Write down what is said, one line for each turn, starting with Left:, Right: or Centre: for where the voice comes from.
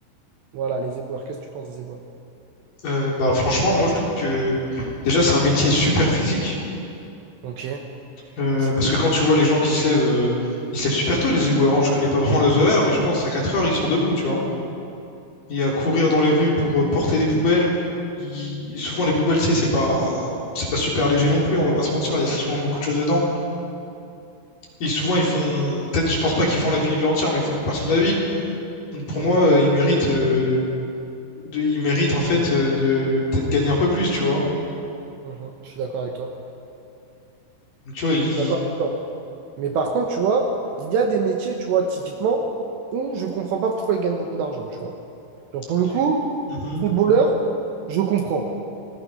Right: Voilà, les éboueurs. Qu'est-ce que tu penses des éboueurs?
Left: Euh, bah, franchement, moi, je trouve que déjà, c'est un métier super physique.
Right: Ok,
Left: Euh,
Right: c'est
Left: parce
Right: bien.
Left: que quand tu vois les gens qui se lèvent, euh, ils se lèvent super tôt, les éboueurs. hein. Je connais pas <laughs> vraiment leurs horaires, mais je pense à 4 heures, ils sont debout, tu vois. Et à courir dans les rues pour euh, porter des poubelles. Ils- Souvent, les poubelles, c'est c'est pas... c'est pas super léger non plus, on va pas se mentir. Il y a souvent beaucoup de choses dedans. Et souvent, ils font. Peut-être, je pense pas qu'ils font la ville entière, mais ils font une partie de la ville. Donc, pour
Right: Mhm,
Left: moi, euh, ils méritent, euh, de... ils méritent, en fait, euh, de peut-être gagner un peu plus, tu vois.
Right: mhm. Je suis d'accord avec toi.
Left: Donc, tu vois, il...
Right: Je suis d'accord avec toi. Mais par contre, tu vois, il y a des métiers, tu vois, typiquement, où je comprends pas pourquoi ils gagnent beaucoup d'argent, tu vois. Genre, pour
Left: il-
Right: le coup,
Left: Mhm,
Right: footballeur, je comprends.